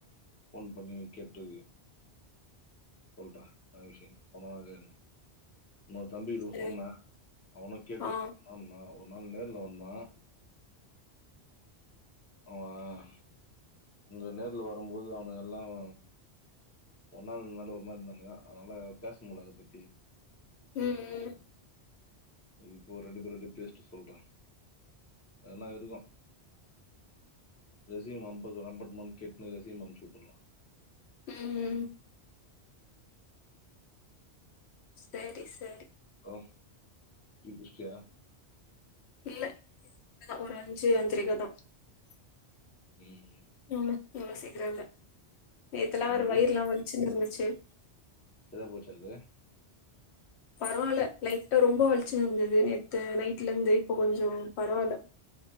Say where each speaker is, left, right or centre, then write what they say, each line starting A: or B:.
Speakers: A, on the left (about 20°); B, on the left (about 75°).
A: போன் பண்ணி கேட்டு சொல்றேன் என்னா விஷ்யம்னு சொன்னன இல்ல உன்னோட தம்பி கூட
B: சரி
A: சொன்னேன் அவன கேட்டு
B: ஆ
A: சொன்ன ஓயன் இயர்ல வந்தான் அவேன் உங்க நேர்ல வரும்போது அவனு எல்லாம் ஒன்னா நின்னால ஒரு மாரி இருந்தானுங்க அதனால பேச முடிய அத பத்தி
B: ம் ம்
A: இப்போ ரெண்டு பேருரோட பேஸ்ட் சொல்றேன் அதனா இருக்கும் ரிசீம் அம்பது அனுப்பட்டும கேட்டுன்னு ரிசீம் அனுச்சுட்டுலாம்
B: ம் ம் செரி செரி
A: ஹலோ டீ குடிச்சிட்டியா
B: <unintelligible>
A: ம் ம்
B: இவல இவவ்ளோ சீக்கிரம்ல்ல நேத்தெல்லாம்
A: எனக்கு
B: ஒரு வயிற எல்லாம் வலிச்சுனு இருந்துச்சு ச்ச
A: செரியா போச்சு
B: பரவாயில்ல லைட்ட ரொம்ப வலிச்சுனு வந்தது நேத்து நைட்ல இருந்து இப்ப கொஞ்சம் பரவாயில்ல